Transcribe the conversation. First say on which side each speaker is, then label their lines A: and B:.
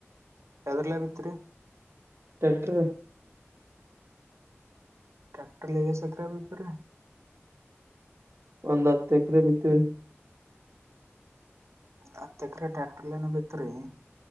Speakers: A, on the right (about 85°); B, on the right (about 60°).
A: ಯದಲ್ಲ ಏಟಿತ್ರಿ
B: ಟ್ರಾಕ್ರರ್
A: ಟ್ರ್ಯಾಕ್ಟರ್ ಲಗ ಸಕರ ಭತರ
B: ಒಂದ್ ಹತ್ತು ಎಕರೆ ಬಿತ್ತವ್ ರಿ
A: ಹತ್ ಎಕ್ರಿ ಟ್ಯಾಕ್ಟರ್ ಏನ ಬಿತ್ ರರಿ